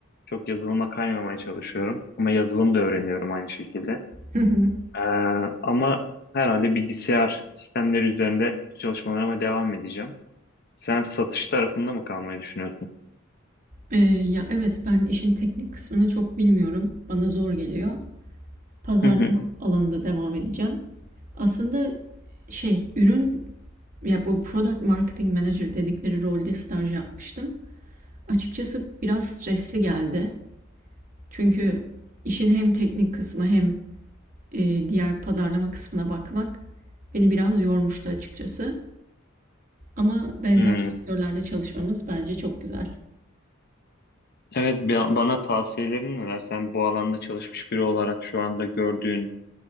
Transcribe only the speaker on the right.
<laughs> Hı hı.
Ee, ya evet ben işin teknik kısmını çok bilmiyorum. Bana zor geliyor. Pazarlama
alanında devam edeceğim. Aslında şey ürün ya bu product marketing manager dedikleri rolde staj yapmıştım. Açıkçası biraz stresli geldi. Çünkü işin hem teknik kısmı hem eee, diğer pazarlama kısmına bakmak beni biraz yormuştu açıkçası. Ama benzer
sektörlerde çalışmamız bence çok güzel.